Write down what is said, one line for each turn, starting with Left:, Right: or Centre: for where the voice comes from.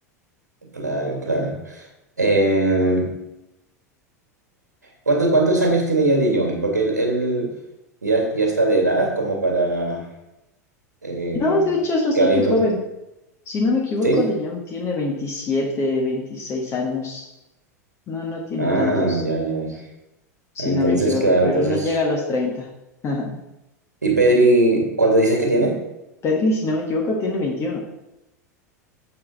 Right: Claro, claro. Eh, ¿cuántos, cuántos años tiene ya De Jong? Porque él, él ya, ya está de edad como para eh,
Left: No, de hecho es bastante
Right: que aliento.
Left: joven. Si no me equivoco,
Right: ¿Sí?
Left: de Jong tiene 27, 26 años. No, no tiene
Right: Ah,
Left: tantos,
Right: ya, ya. ya.
Left: si
Right: Entonces,
Left: no me equivoco,
Right: claro,
Left: pero
Right: entonces.
Left: no llega a los 30. <laughs>
Right: ¿Y Pedri, cuánto dices que tiene?
Left: Pedri, si no me equivoco, tiene 21.